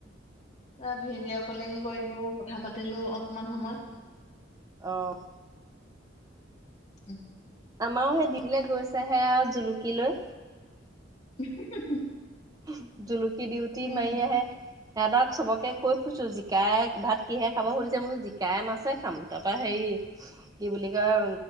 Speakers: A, on the left (about 35°); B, on the right (about 20°).
A: ন ভিডিঅ কলিং কৰিলো, কথা পাতিলো, অকমান সময়
B: অঁ
A: উম
B: আমাৰো সেই দিলৈ গৈছেহে আৰু জুলুকি লৈ
A: <unintelligible>
B: হুম জুলুকি দিউটি
A: তাকে
B: মাৰি আহে সিহঁতক চবকে কৈ ফুজছো জিকাই ভাত কিহে খাব সুধিছে বোলো জিকাই মাছে খাম তাৰপৰা হেৰি কি বুলি কয়